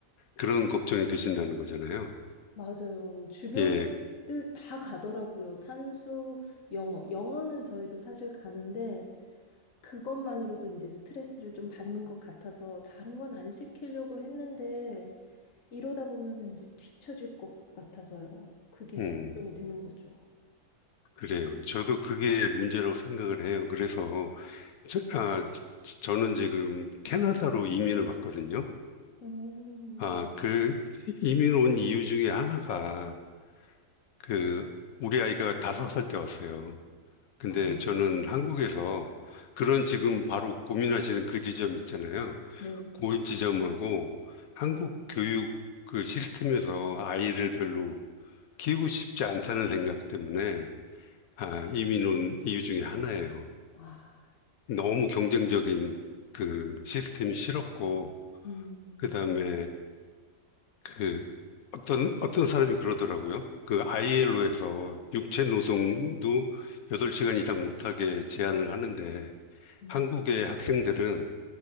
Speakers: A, on the left; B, on the left.
A: 그런 걱정이 드신다는 거잖아요.
B: 맞아요. 주변들
A: 예,
B: 다 가더라고요. 산수, 영어. 영어는 저희도 사실 가는데 그것만으로도 이제 스트레스를 좀 받는 것 같아서 다른 건 안 시키려고 했는데 이러다 보면은 이제 뒤처질 것 같아서요. 그게
A: 음,
B: 걱정이 되는 거죠.
A: 그래요. 저도 그게 문제라고 생각을 해요. 그래서 저, 아, 지- 저는 지금 캐나다로 이민을 왔거든요.
B: 음,
A: 아, 그 이민 온 이유 중에 하나가 그 우리 아이가 다섯 살 때 왔어요. 근데
B: 아,
A: 저는 한국에서 그런 지금 바로 고민하시는 그 지점 있잖아요.
B: 네.
A: 그 지점하고 한국 교육 그 시스템에서 아이를 별로 키우고 싶지 않다는 생각 때문에 아, 이민 온 이유 중에 하나예요.
B: 와,
A: 너무 경쟁적인 그 시스템이 싫었고,
B: 음,
A: 그 다음에 그 어떤, 어떤 사람이 그러더라고요. 그 ILO에서 육체 노동도 8시간 이상 못하게 제한을 하는데
B: 음,
A: 한국의 학생들은